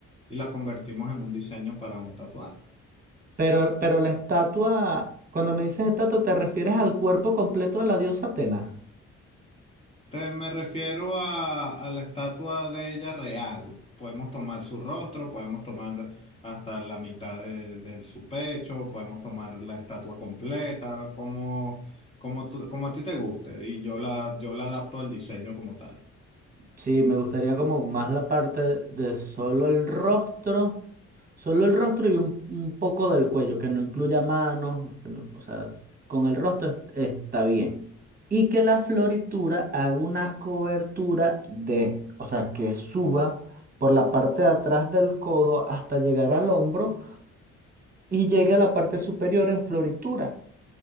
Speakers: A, on the left; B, on the right.
A: y la convertimos en un diseño para un tatuaje.
B: Pero, pero la estatua, cuando me dices estatua, ¿te refieres al cuerpo completo de la diosa Atena?
A: Te- me refiero a, a la estatua de ella real. Podemos tomar su rostro, podemos tomar hasta la mitad de, de su pecho, podemos tomar la estatua completa, como, como, tú- como a ti te guste. Y yo la, yo la adapto al diseño como tal.
B: Sí, me gustaría como más la parte de solo el rostro, solo el rostro y un, un poco del cuello, que no incluya manos, que no- o sea, s- con el rostro est- está bien. Y que la floritura haga una cobertura de, o sea, que suba por la parte de atrás del codo hasta llegar al hombro y llegue a la parte superior en floritura.